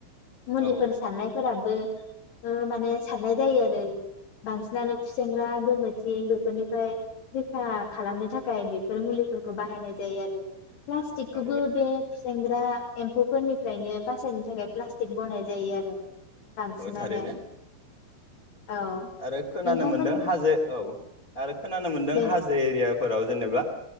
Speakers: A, on the left; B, on the left.
A: मुलिफोर
B: औ
A: साननायफोरा बो माने सारनाय जायो आरो बांसिनानो खुसेेंग्रा गोमोथिं बेफोरनिफ्राय रैखा खालामनो थाखाय बेफोर मुलिफोरखौ बाहायनाय जायो आरो प्लास्टिकखौबो
B: औ
A: बे सेंग्रा एम्फौफोरनिफ्रायनो बासायनो थाखाय प्लास्टिक बानायनाय जायो आरो बांसिनानो
B: औ थारैनो
A: औ
B: आरो खोनानो
A: नोंथांमोननि
B: मोनदों हाजो औ आरो खोनानो मोनदों
A: दे
B: हाजो एरिया फोराव जेनेबा